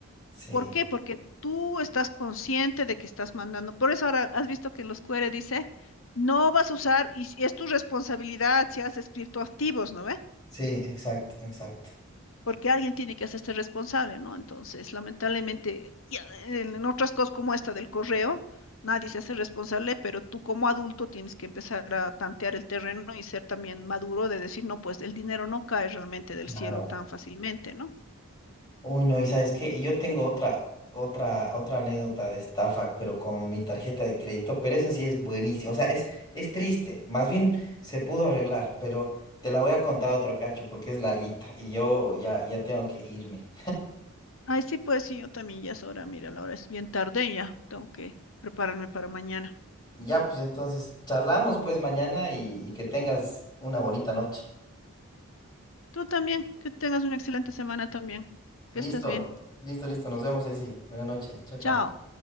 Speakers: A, on the left; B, on the left.
A: Sí,
B: ¿Por qué? Porque Sí. tú estás consciente de que estás mandando. Por eso ahora has visto que los QR dice, no vas a usar, y si es tu responsabilidad si haces criptoactivos, ¿no ve?
A: sí, exacto, exacto.
B: porque alguien tiene que hacerse responsable, ¿no? Entonces, lamentablemente, ya en, en otras cosas como esta del correo, nadie se hace responsable, pero tú como adulto tienes que empezar a tantear el terreno y ser también maduro de decir, no, pues el dinero no cae realmente del
A: Claro.
B: cielo tan fácilmente, ¿no?
A: Uy, no, y sabes qué, y yo tengo otra, otra, otra anécdota de estafa, pero con mi tarjeta de crédito, pero esa sí es buenísima, o sea, es, es triste, más bien se pudo arreglar, pero te la voy a contar otro cacho porque es larguita y yo ya, ya tengo que irme.
B: Ay, sí, pues sí, yo también ya es hora, mira, la hora es bien tarde y ya, tengo que prepararme para mañana.
A: Ya, pues entonces, charlamos pues mañana y, y que tengas una bonita noche.
B: Tú también, que tengas una excelente semana también,
A: Listo,
B: que estés bien.
A: listo, listo, nos vemos, Ceci. Buenas noches, chao, chao.
B: Chao.